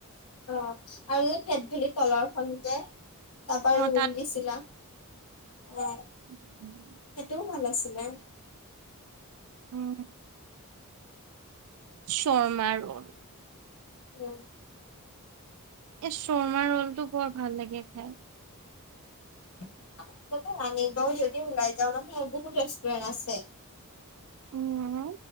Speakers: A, on the left; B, on the right.
A: অ' আৰু এই ফেট ভেলিৰ তলৰখন যে তাৰপা
B: অ'
A: ৰোল দিছিলা অ'
B: উম।
A: সেইটোও ভাল আছিলে।
B: উম শৰ্মা ৰোল
A: উম
B: এই শৰ্মা ৰোলটো বৰ ভাল লাগে খাই।
A: <unintelligible> বহুত ৰেষ্টুৰেণ্ট আছে
B: উম